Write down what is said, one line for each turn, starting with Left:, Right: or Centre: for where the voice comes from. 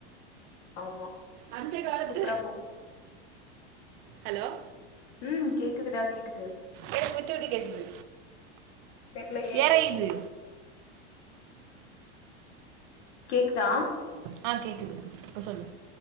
Left: ஆமா
Right: அந்த காலத்து
Left: சூப்பரா போ
Right: ஹலோ
Left: ம் கேக்குதுடா கேக்குது
Right: எனக்கு விட்டு விட்டு கேக்குது
Left: தெர்லயே
Right: எரையுது
Left: கேக்குதா
Right: ஆ கேக்குது இப்ப சொல்லு